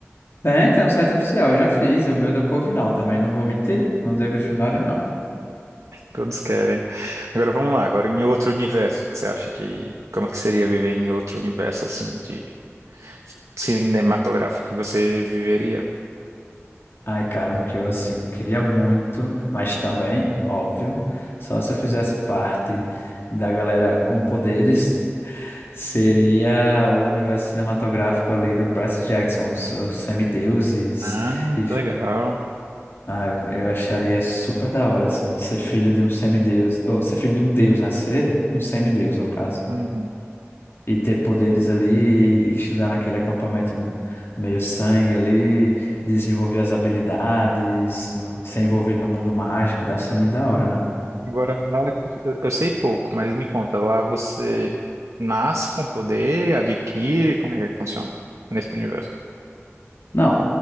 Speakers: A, on the left (about 55°); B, on the right (about 85°).
A: Tem, tem um site oficial. Eu já fiz. é O meu deu Corvinal também. Não vou mentir. Não deu Grifinória, não.
B: Todos querem. Agora vamos lá, agora em outro universo, que você acha que. Como que seria viver em outro universo, assim, de cinematográfico que você viveria?
A: Ai, cara, um que eu, assim, queria muito, mas também, óbvio, só se eu fizesse parte da galera com poderes, seria o universo cinematográfico ali do Percy Jackson, os, os semideuses,
B: Ah,
A: e,
B: que legal.
A: ah, eu eu acharia super da hora, assim, de ser filho de um semideus, ou ser filho de um deus, né? Ser um semideus, no caso
B: Uhum.
A: e ter poderes ali, e estudar naquele acampamento meio sangue ali, desenvolver as habilidades, ser envolvido no mundo mágico, deve ser muito da hora, né?
B: Agora lá, eu eu sei pouco, mas me conta, lá você nasce com poder, adquire, como é que funciona nesse universo?
A: Não,